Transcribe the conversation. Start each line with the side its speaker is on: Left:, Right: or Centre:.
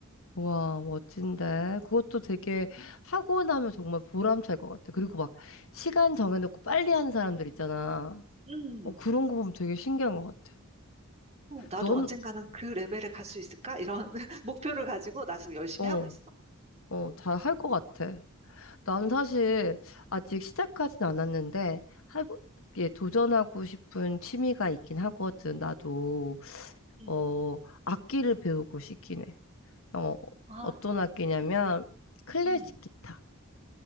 Left: 와, 멋진데. 그것도 되게 하고 나면 정말 보람찰 것 같아. 그리고 막 시간 정해놓고 빨리 하는 사람들 있잖아.
Right: 음
Left: 어, 그런 거 보면 되게 신기한 것 같아.
Right: 어, 나도
Left: 넌,
Right: 언젠가는 그 레벨에 갈 수 있을까 이런 <laughs> 목표를 가지고 나 지금 열심히
Left: 어.
Right: 하고 있어
Left: 어, 잘 할 것 같아. 난 사실 아직 시작하진 않았는데 해보, 예, 도전하고 싶은 취미가 있긴 하거든. 나도
Right: 음.
Left: 어 악기를 배우고 싶긴 해. 어
Right: 아,
Left: 어떤 악기냐면 클래식
Right: 음.
Left: 기타.